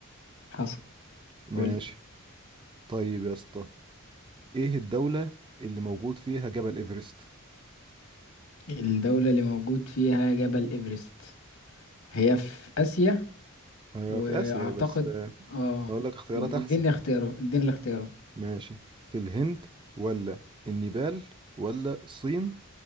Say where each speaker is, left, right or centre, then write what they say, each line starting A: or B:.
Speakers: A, on the left (about 80°); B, on the right (about 20°).
A: حصل
B: ماشي
A: قول
B: طيب يا اسطى ايه الدولة اللي موجود فيها جبل ايفرست
A: الدولة اللي موجود فيها جبل إيفرست هي في آسيا
B: هي
A: وأعتقد
B: في اسيا بس آه،
A: اه
B: اقول لك اختيارات
A: اديني
B: احسن
A: اختياره اديني الاختياره
B: ماشي في الهند ولا النيبال ولا الصين